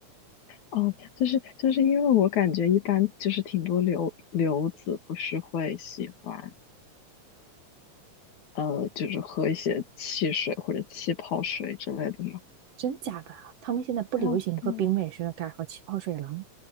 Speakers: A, on the left (about 75°); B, on the right (about 60°).
A: 哦，就是就是因为我感觉一般就是挺多留留子不是会喜欢呃，就是喝一些汽水或者气泡水之类的吗？
B: 真假的？他们现在不流行喝冰美式了，
A: 啊，对，
B: 改喝气泡水了。